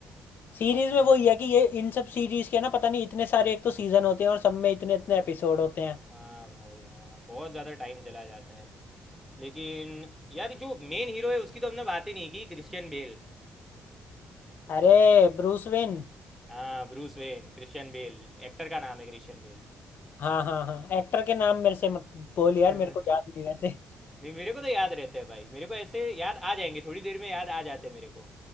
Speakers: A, on the left (about 60°); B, in the centre.
A: सीरीज में वही है कि ये इन सब सीरीज के ना पता नहीं इतने सारे एक तो सीजन होते हैं और सब में इतने इतने एपिसोड होते हैं
B: हाँ भाई हाँ बहुत ज़्यादा टाइम चला जाता है लेकिन यार जो मेन हीरो है उसकी तो हमने बात ही नहीं की क्रिश्चियन बेल
A: अरे ब्रूस वेन
B: हाँ Bruce Wayne Christian Bale actor का नाम है क्रिश्चियन
A: हाँ हाँ हाँ एक्टर के नाम मेरे से मत बोल यार
B: बेल
A: मेरे को याद नहीं वैसे
B: <laughs> नहीं मेरे को तो याद रहता है भाई मेरे को ऐसे याद आ जाएंगे थोड़ी देर में याद आ जाते हैं मेरे को